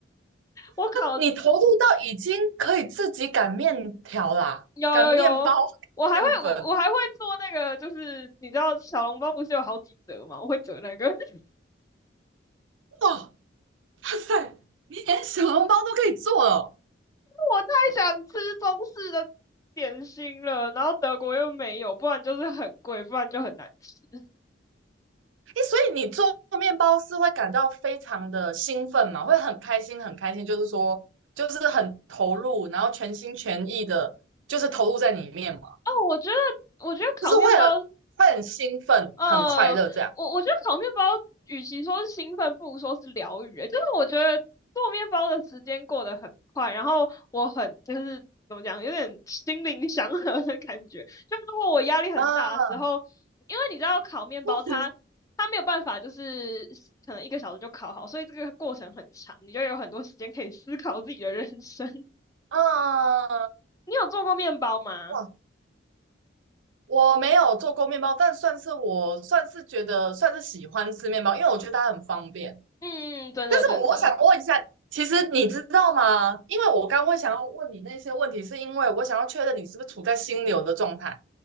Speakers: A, on the left; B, on the right.
A: 我考
B: 你投入到已经可以自己擀面条啦，
A: 有有有，
B: 擀面包、擀面粉，
A: 我还会我我还会做那个，就是你知道小笼包不是有好几折吗？我会折那个，<laughs>
B: 哇，哇塞，你连小笼包都可以做了。
A: 我太想吃中式的点心了，然后德国又没有，不然就是很贵，不然就很难吃。
B: 诶，所以你做面包是会感到非常的兴奋嘛？会很开心，很开心，就是说，就是很投入，然后全心全意的，就是投入在里面嘛，
A: 哦，我觉得我觉得烤面包
B: 就是会很会很兴奋，
A: 呃，
B: 很快乐这样。
A: 我我觉得烤面包，与其说是兴奋，不如说是疗愈欸。就是我觉得做面包的时间过得很快，然后我很就是怎么讲，有点心灵祥和的感觉。就如果我压力很大的时候，
B: 啊，
A: 因为你知道烤面包它它没有办法，
B: <laughs>
A: 就是可能一个小时就烤好，所以这个过程很长，你就有很多时间可以思考自己的人生。<laughs>
B: 嗯，
A: 你有做过面包吗？
B: 哇，我没有做过面包，但算是我算是觉得算是喜欢吃面包，因为我觉得它很方便。
A: 嗯，真的真的，
B: 但是我想问一下，其实你知道吗？因为我刚会想要问你那些问题，是因为我想要确认你是不是处在心流的状态，